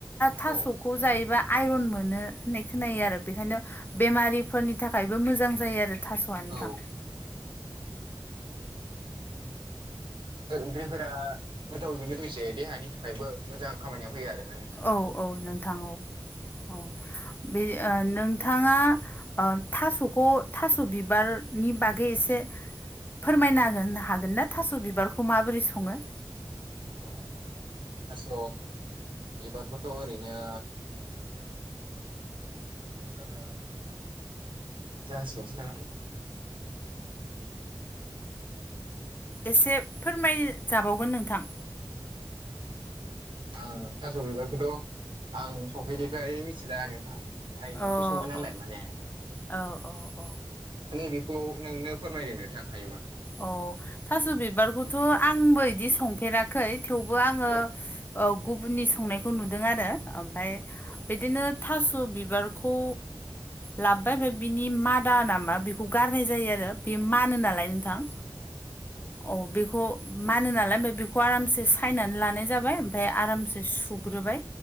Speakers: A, on the left; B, on the right.
A: थास'
B: औ
A: जायोबा आइरन मोन होननाय खोनायो आरो बेनिखायनो बेमफोरनि थाखायबो मोजां जायो आरो थास'आ नोथां
B: बेफोर फोर ओंख्रिफोरा गोथावजों लोगोसे देहानि थाखायबो मोजां खामानियाव होयो आरो
A: औ औ नोंथां औ औ बे ओ नोंथाङा ओ थास'खौ थास' बिबारनि बागै एसे फोरमायना हागोन हागोनना थास' बिबारखौ माबोरै सङो
B: औ दास' बिबारखौथ' ओरैनो जोङो जाहासिनसैनामा नोंथां
A: एसे फोरमायजाबावगोन नोंथां
B: आं थास' बिबारखौथ' आं संफेरेरिखाय मिथिला नोंथाङा ओइ ओंख्रि
A: अ
B: सङो नालाय
A: अ
B: माने
A: औ औ औ
B: माने बेखौ नोंनो फोरमायदो नोंथां हायो
A: अ थास' बिबारखौथ' आंबो बिदि संफेरा- खै थेवबो आङो
B: औ
A: ओ गुबुननि संनायखौ नुदों आरो ओमफफ्राय
B: औ
A: बिदिनो थास' बिबारखौ लाबोबाय ओमफ्राय बिनि मादा नामा बेखौ गारनाय जायो आरो बे मानो नालाय थां औ बेखौ मानो नालाय ओमफाय बेखौ आरामसे सायनानै लानाय जाबाय ओमफय आरामसे सुग सुग्रोबाय